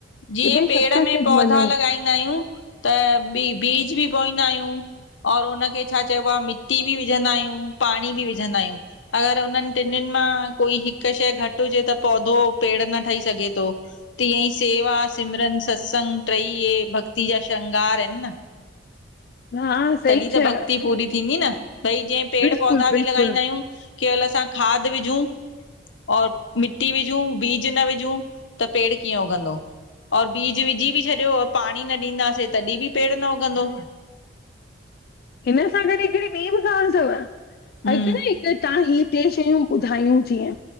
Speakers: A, on the left; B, on the left.
A: जीअं
B: की भई
A: पेड़
B: सत्संग
A: में
B: ते
A: पौधा
B: वञो
A: लॻाईंदा लगाईंदा आहियूं त बि बीज बि बोईंदा आहियूं। और हुनखे छा चइबो आहे मिटी बि विझंदा आहियूं पाणी बि विझंदा आहियूं। अगरि हुनननि टिनिनि मां कोई हिकु शइ घटि हुजे त पौधो पेड़ न ठही सघे। तो तीअअं ई सेवा सिमरन सत्संग टई इ भक्ती जा श्रंगार आहिनि न।
B: हा। सही
A: तॾीं त
B: चयव
A: भक्ति पूरी थींदी न, भई जीअं पेड़
B: बिल्कुलु
A: पौधा
B: बिल्कुलु
A: बि लॻाईंदा आहियूं केवल असां खाद विझूं और मिट्टी विझूं बीज न विझूं त पेड़ कीअं उगंदो? और बीज विझी बि छॾियो ओ पांणी न ॾींदासें तॾी बि पेड़ न उगंदो।
B: हिन सां गॾु हिकड़ी ॿी बि ॻाल्हि थव, <unintelligible>
A: हम्म
B: न त तव्हां ही ट्रे शयूं ॿुधायूं जीअं,